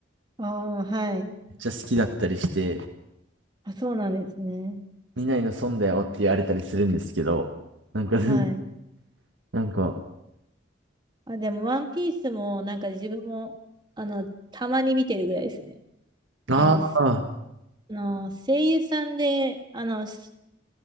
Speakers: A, on the right; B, on the right.
A: ああ、はい。
B: めっちゃ好きだったりして、
A: あ、そうなんですね。
B: 見ないの損だよって言われたりするんですけど、なんか、
A: はい。
B: <laughs> なんか、
A: あ、でも、ワンピースも、なんか自分も、あの、たまに見てるぐらいですね。
B: ああ、
A: あの、すあの声優さんで、あの、す